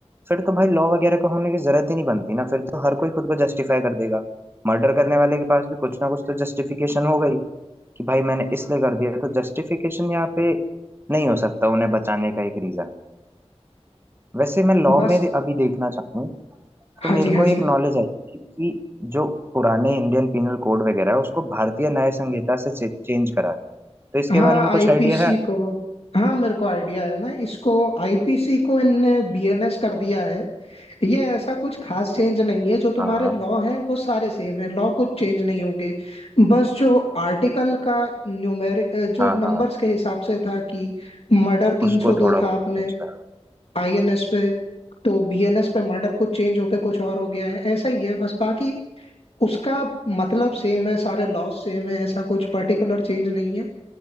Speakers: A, on the right (about 20°); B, on the left (about 60°).
A: फिर तो भाई लॉ वगैरह का होने की जरूरत ही नहीं बनती ना फिर तो हर कोई खुद को जस्टिफाई कर देगा मर्डर करने वाले के पास भी कुछ ना कुछ तो जस्टिफिकेशन हो गई कि भाई मैंने इसलिए कर दिया तो जस्टिफिकेशन यहाँ पे नहीं हो सकता उन्हें बचाने का एक रीजन वैसे मैं लॉ
B: बस
A: में अभी देखना चाहूँ
B: हाँ
A: तो मेरे
B: जी हाँ
A: को एक
B: जी
A: नॉलेज आई थी कि जो पुराने इंडियन पिनल कोड वगैरह है उसको भारतीय न्याय संहिता से चेंज करा था तो इसके
B: हाँ
A: बारे में कुछ
B: आईपीसी
A: आइडिया है
B: को हाँ मेरे को आइडिया है ना इसको आईपीसी को इनने बीएनएस कर दिया है ये ऐसा कुछ खास चेंज नहीं है जो तुम्हारे
A: हाँ हाँ
B: लॉ हैं वो सारे सेम है लॉ कुछ चेंज नहीं होंगे बस जो आर्टिकल का न्यूमेर जो
A: हाँ
B: नंबर्स
A: हाँ
B: के हिसाब से था कि मर्डर 302
A: उसको थोड़ा बहुत
B: था आपने
A: सोचता है
B: आईएनएस पे तो बीएनएस पे मर्डर कुछ चेंज होके कुछ और हो गया है ऐसा ही है बस बाकी उसका मतलब सेम है सारे लॉस सेम है ऐसा कुछ पर्टिकुलर चेंज नहीं है